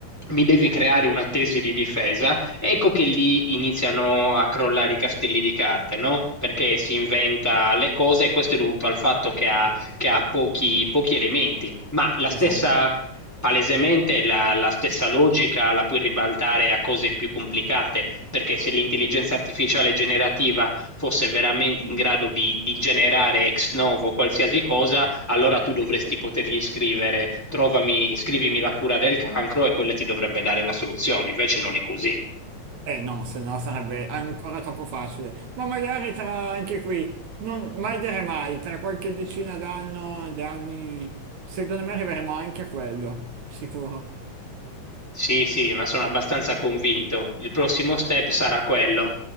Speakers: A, in the centre; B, on the right.
A: mi devi creare una tesi di difesa", ecco che lì iniziano a crollare i castelli di carte, no? Perché si inventa le cose e questo è dovuto al fatto che ha, che ha pochi, pochi elementi. Ma la stessa,
B: esatto.
A: palesemente, la, la stessa logica la puoi ribaltare a cose più complicate, perché se l'intelligenza artificiale generativa fosse veramente in grado di, di generare ex novo qualsiasi cosa, allora tu dovresti potergli scrivere, trovami, scrivimi la cura del cancro e quella ti dovrebbe dare la soluzione, invece non è così.
B: Eh no, se no sarebbe ancora troppo facile. Ma magari tra anche qui, non, mai dire mai, tra qualche decina d'anno, d'anni, secondo me arriveremo anche a quello, sicuro.
A: Sì, sì, ma sono abbastanza convinto. Il prossimo step sarà quello.